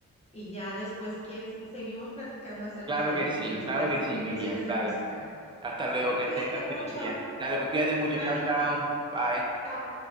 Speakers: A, on the left (about 20°); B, on the right (about 15°).
A: y ya después, si quieres, seguimos platicando acerca
B: Claro
A: de,
B: que sí,
A: de nuestras
B: claro que sí,
A: impresiones
B: Miriam.
A: de
B: Dale.
A: música.
B: Hasta luego, que
A: Cuídate
B: tengas
A: mucho,
B: feliz día. Dale, pues cuídate mucho.
A: igualmente.
B: Chao, chao. Bye.
A: Chao.